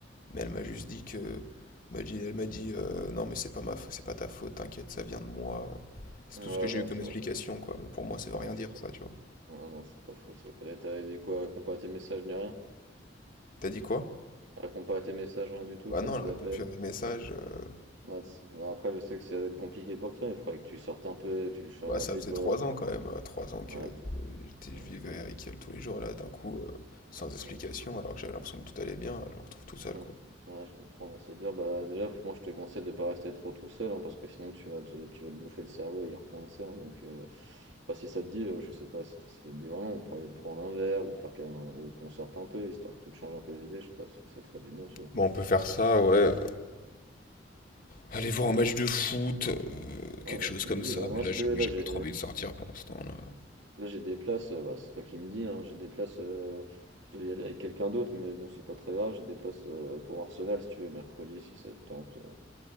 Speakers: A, on the left; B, on the right.
A: mais elle m'a juste dit que, m'a dit, elle m'a dit, euh, non, mais c'est pas ma, fa- c'est pas ta faute, t'inquiète, ça vient de moi. C'est
B: Ouais,
A: tout ce que j'ai
B: bah
A: eu comme
B: ça,
A: explication, quoi. Mais pour moi, ça veut
B: ouais,
A: rien
B: c'est
A: dire,
B: pas,
A: ça, tu vois.
B: ouais, non, c'est pas fou. Ça peut-être, t'as dit quoi? Répond pas à tes messages ni rien?
A: T'as dit quoi?
B: Réponds pas à tes messages, rien du tout,
A: Bah
B: pas
A: non,
B: tes
A: elle répond
B: appels.
A: plus à mes messages. euh,
B: Ouais, c'est- ouais, après, je sais que ça va être compliqué pour toi, il faudrait que tu sortes un peu, tu le
A: bah
B: envoies
A: ça
B: à tes
A: faisait
B: potes.
A: trois ans quand même, euh, trois ans que
B: Ouais,
A: euh,
B: t-
A: j'étais,
B: ouais,
A: je vivais avec elle tous les jours, et là, d'un coup, euh, sans explication,
B: ouais, je...
A: alors que j'avais l'impression que tout allait bien, je me retrouve tout seul,
B: hum,
A: quoi.
B: ouais, je comprends, non, c'est dur. Bah, déjà, moi, je te conseille de pas rester trop tout seul, hein, parce que sinon, tu vas te, tu vas te bouffer le cerveau et y repenser. hein. donc, euh, bah, si ça te dit, euh, je sais pas si, t- si ça te dit vraiment, on pourrait prendre un verre ou faire qu'un, ou qu'on sorte un peu, histoire que tu te changes un peu les idées, je sais pas si ça te ferait du bien, tu vois.
A: Bon, on peut faire ça, ouais. Aller voir un match
B: Ouais,
A: de foot, euh,
B: Ouais,
A: quelque chose
B: tu
A: comme
B: me dis,
A: ça.
B: bah,
A: Mais
B: moi,
A: là,
B: si
A: j'avoue,
B: tu veux, là,
A: j'ai
B: j'ai
A: pas trop envie de sortir pour l'instant, là.
B: Là, j'ai des places, euh, bah, c'est toi qui me dis, hein, j'ai des places, euh, je devais y aller avec quelqu'un d'autre, mais bon, c'est pas très grave, j'ai des places euh, pour Arsenal si tu veux, mercredi, si ça te tente. euh,